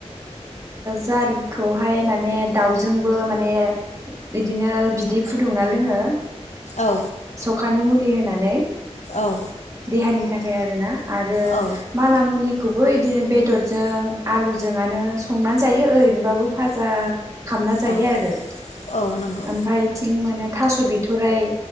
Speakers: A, on the right; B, on the left.
A: जारिखौहाय माने दाउजोंबो माने बिदिनो बिदै फुदुंना लोंङो
B: औ
A: सखानि मुलि होना नै
B: औ
A: देहानि नि थाखाय आरो ना आरो
B: औ
A: माना मुनि खौबो बिदिनो बेदरजों आलुजोंआनो संनानै जायो ओरैनोबाबो फाजा खामना जायो
B: औ
A: आरो
B: औ नंगौ
A: ओमफायथिं मोने थास बिथाइ